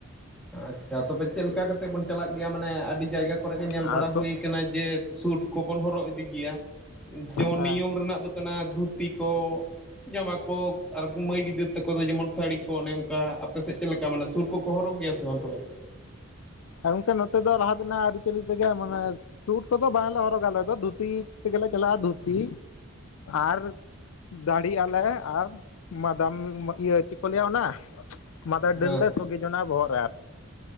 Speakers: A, in the centre; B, on the left.
A: ᱟᱪᱪᱷᱟ ᱛᱚᱵᱮ ᱪᱮᱫ ᱞᱮᱠᱟ ᱠᱟᱛᱮᱫ ᱵᱚᱱ ᱪᱟᱞᱟᱜ ᱜᱮᱭᱟ ᱢᱟᱱᱮ ᱟᱹᱰᱤ ᱡᱟᱭᱜᱟ ᱠᱚᱨᱮ ᱜᱮ ᱧᱮᱞ
B: ᱟᱨ
A: ᱵᱟᱲᱟ
B: ᱥᱚ
A: ᱦᱩᱭ ᱠᱟᱱᱟ ᱡᱮ ᱥᱩᱴ ᱠᱚᱵᱚᱱ ᱦᱚᱨᱚᱜ ᱤᱫᱤ ᱜᱮᱭᱟ, ᱡᱮᱢᱚᱱ
B: ᱦᱮᱸ
A: ᱱᱤᱭᱚᱢ ᱨᱮᱱᱟᱜ ᱫᱚ ᱠᱟᱱᱟ ᱫᱷᱩᱛᱤ ᱠᱚ ᱡᱟᱢᱟ ᱠᱚ ᱟᱨ ᱢᱟᱹᱭ ᱜᱤᱫᱟᱹᱨ ᱛᱟᱠᱚ ᱫᱚ ᱡᱮᱢᱚᱱ ᱥᱟᱹᱲᱤ ᱠᱚ ᱚᱱᱮ ᱚᱱᱠᱟ ᱟᱯᱮ ᱥᱮᱫ ᱪᱮᱫ ᱞᱮᱠᱟ ᱢᱟᱱᱮ ᱥᱩᱴ ᱠᱚᱠᱚ ᱦᱚᱨᱚᱜ ᱜᱮᱭᱟ ᱥᱮ ᱵᱟᱝ ᱛᱚᱵᱮ
B: ᱜᱚᱝᱠᱮ ᱱᱚᱛᱮ ᱫᱚ ᱞᱟᱦᱟ ᱛᱮᱱᱟᱜ ᱟᱹᱨᱤᱪᱟᱹᱞᱤ ᱛᱮᱜᱮ ᱢᱟᱱᱮ ᱥᱩᱴ ᱠᱚᱫᱚ ᱵᱟᱝᱞᱮ ᱦᱚᱨᱚᱜᱟ ᱟᱞᱮ ᱫᱚ ᱫᱷᱩᱛᱤ ᱛᱮᱜᱮᱞᱮ ᱪᱟᱞᱟᱜᱼᱟ ᱾ᱫᱷᱩᱛᱤ ᱟᱨ ᱫᱟᱲᱦᱤᱜ ᱟᱞᱮ ᱟᱨ ᱢᱟᱫᱟᱢ ᱤᱭᱟᱹ ᱪᱮᱫ ᱠᱚ ᱞᱟᱹᱭᱟ ᱚᱱᱟ ᱢᱟᱫᱟᱨ
A: ᱦᱮᱸ
B: ᱰᱟᱹᱨ ᱞᱮ ᱥᱚᱜᱮ ᱡᱚᱱᱟᱜ-ᱟ ᱵᱚᱦᱚᱜ ᱨᱮ ᱟᱨ᱾